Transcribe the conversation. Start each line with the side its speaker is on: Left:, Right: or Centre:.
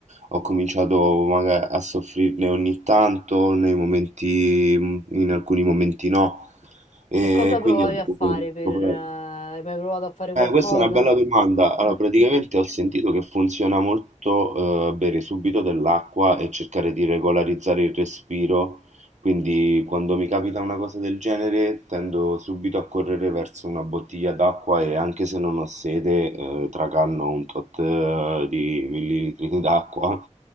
Right: Ho cominciato maga a soffrirne ogni tanto, nei momenti mhmm, in alcuni momenti no, e
Left: E cosa
Right: quindi
Left: provavi
Right: ho
Left: a fare
Right: dovuto
Left: per...
Right: ricoprire
Left: eh, hai mai provato a fare qualcosa?
Right: eh, questa è una bella domanda.
Left: Ah,
Right: Allora, praticamente
Left: <clears throat>
Right: ho sentito che funziona molto, ehm, bere subito dell'acqua e cercare di regolarizzare il respiro, quindi quando mi capita una cosa del genere tendo subito a correre verso una bottiglia d'acqua e anche se non ho sede, ehm, tracanno un tot eh, di millilitri <laughs> d'acqua